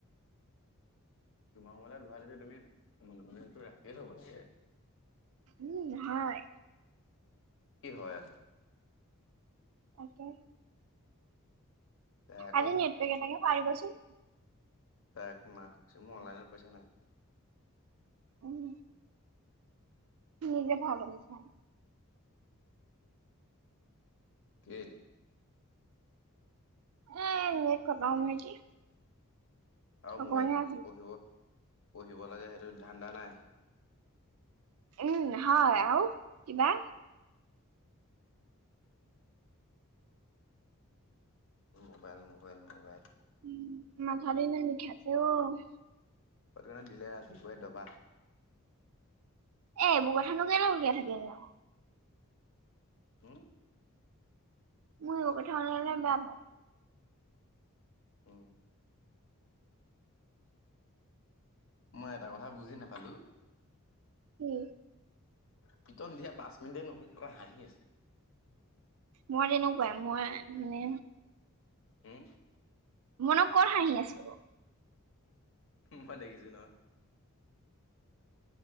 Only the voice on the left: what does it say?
তোমাৰ মোবাইলত ভৰাই যে তুমি মনোৰঞ্জনটো ৰাখিয়ে থ'ব লাগে।
কি হয় আৰু?
তাই আকৌ
ত' এক মাক কৈছো মোৰ অনলাইনত পইচা নাই।
কেইটো।
আৰু
মোবাইল চাবা
পঢ়িব, পঢ়িব লাগে সেইটো ধান্দা নাই।
Mobile, mobile, mobile.
ক' কাৰণে দিলে ৰাতিপুৱাই দবা।
হম।
উম মই এটা কথা বুজি নাপালো।
পিটন দিয়া পাঁচ মিনিটে নহল তই হাঁহি আছিলি।
উম
মই দেখিছো নহয়।